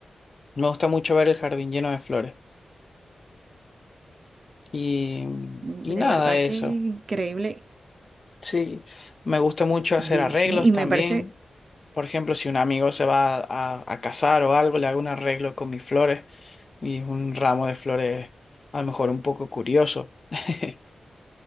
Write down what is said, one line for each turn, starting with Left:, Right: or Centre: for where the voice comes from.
Left: Me gusta mucho ver el jardín lleno de flores. Y,
Right: De
Left: y nada,
Right: verdad
Left: eso.
Right: que increíble.
Left: Sí, me gusta mucho
Right: Bien.
Left: hacer arreglos
Right: Y
Left: también.
Right: me parece,
Left: Por ejemplo, si un amigo se va a, a casar o algo, le hago un arreglo con mis flores y es un ramo de flores a lo mejor un poco curioso. <laughs>